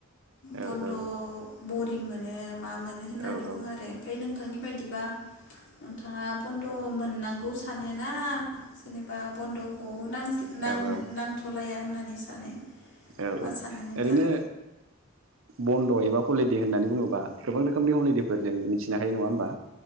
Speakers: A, on the right; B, on the left.
A: औ
B: बन्द'
A: औ
B: बरिंमोन मा मोनो होननानै
A: औ
B: बुङो आरो ओमफ्राय नोंथांनि बायदिबा नोंथाङा बन्द' मोननांगौ सानोना। जेनेबा बन्द'खौ
A: औ
B: नांथ'लाया
A: औ औ
B: होनना होननानै सानो
A: औ
B: मा
A: औ ओरैनो
B: सानो नोंथाङा
A: बन्द' एबा हलिदे होननानै बुङोबा गोबां रोखोमनि हलिदेफोर जों मिथिनो हायो नङा होमबा?